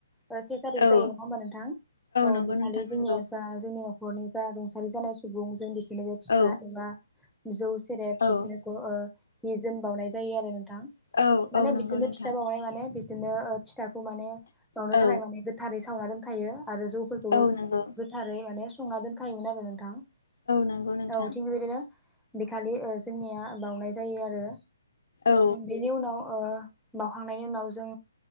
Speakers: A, in the centre; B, on the left.
A: ओ से थारिक
B: औ
A: जायो नङा होमबा नोंथां औ
B: नंगौ
A: बेखालि
B: नोंथां नंगौ
A: जोंनिया जा जोंनियाव नखरनि जा रुंसारि जानाय सुबुं जों बिस नोबो फिथा
B: औ
A: एबा जौ सेरेब
B: औ
A: बिदिनो ओ हि जोम बाउनाय जायो आरो नों -- थां
B: औ औ
A: माने
B: नंगौ
A: बिसोरनो
B: नोंथां
A: फिथा बावनाय माने बिसिनो फिथाखौ माने बावनो
B: औ
A: थाखाय माने गोथारै सावना दोनखायो। आरो जौफोरखौबो
B: औ नंगौ
A: गोथारै माने संना दोनखायोमोन आरो नोंथां। औ
B: नंगौ नोंथां
A: थिग बेबादिनो बेखालि ओ जोंनिया बाउनाय जायो आरो
B: औ
A: बेनि उनाव ओ बाउखांनायनि उनाव ओ जों